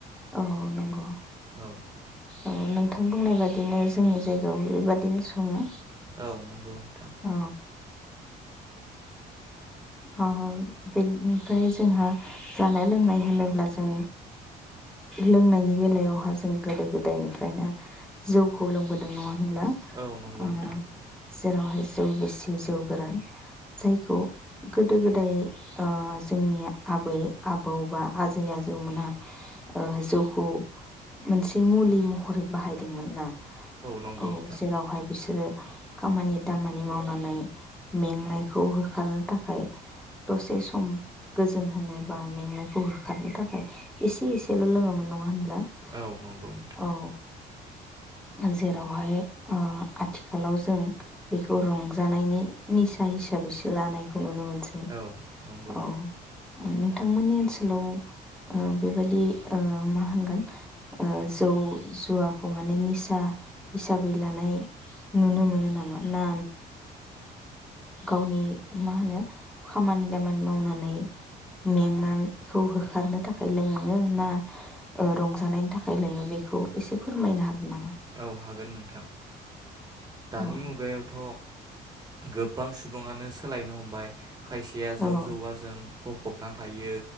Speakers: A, in the centre; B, on the right.
A: औ नंगौ
B: औ
A: औ नोंथां बुंनाय बादिनो जोंनि जायगायाव बेबायदिनो सङो।
B: औ नंगौ नोंथां
A: औ अ बेनिफ्राय जोंहा जानाय लोंनाय होनोब्ला जों लोंनायनि बेलायावहा जों गोदो गोदायनिफ्रायनो जौखौ लोंबोदों नङा होन ब्ला
B: औ नंगौ
A: ओ
B: नोंथां
A: जेरावहाय जौ गिसि जौ गोरान जायखौ गोदो गोदाय ओ जोंनि आबै आबौ बा आजै आजौमोनहा ओ जौखौ मोनसे मुलि महरै बाहायदोंमोनना
B: नंगौ
A: औ
B: नोंथां
A: जेरावहाय बिसोरो खामानि दामानि मावनानै मेंनायखौ होखारनो थाखाय दसे सम गोजोन होनो बा मेंनायखौ होखारनो थाखाय एसे एसेल लोङोमोन नङा होन <unintelligible>
B: औ नंगौ नोंथां
A: औ जेरावहाय ओ आथिखालाव जों। बेखौ रंजानायनि नि साइस <inaudible> लानायखौ नुनो मोनसै
B: औ नंगौ
A: औ नोंथांमोननि ओनसोलाव ओ बेबायदि ओ मा होनगोन ओ जौ जुवा खौ माने निसा हिसाबै लानाय नुनो मोनो नामा ना गावनि मा होनो खामानि दामानि मावनानै मेंनायखौ होखारनो थाखाय लोङो ना रंजानायनि थाखाय लोङो बेखौ एसे फोरमायनो हागोन नामा?
B: औ हागोन नोंथां दानि
A: औ
B: मुगायावथ गोबां सुबुङानो सोलायनो हमबाय खायसेया जौ
A: औ
B: जौवाजों गफबना थायो।